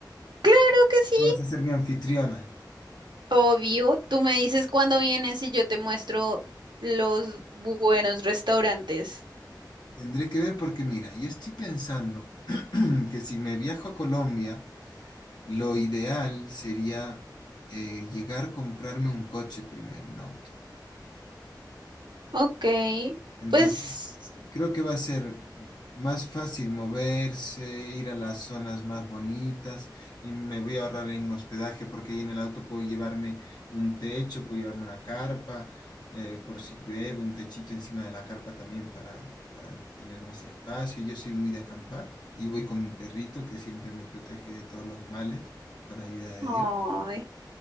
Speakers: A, on the right; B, on the left.
A: Claro que sí.
B: Tú vas a ser mi anfitriona.
A: Obvio, tú me dices cuándo vienes y yo te muestro los buenos restaurantes.
B: Tendré que ver porque, mira, yo estoy pensando <clears throat> que si me viajo a Colombia, lo ideal sería eh, llegar a comprarme un coche primero, un auto.
A: Ok,
B: Entonces,
A: pues...
B: Creo que va a ser más fácil moverse, ir a las zonas más bonitas y me voy a ahorrar en hospedaje porque ahí en el auto puedo llevarme un techo, puedo llevarme una carpa, eh, por si llueve, un techito encima de la carpa también para, para tener más espacio. Yo soy muy de acampar y voy con mi perrito que siempre me protege de todos los males con ayuda de
A: Ay.
B: Dios.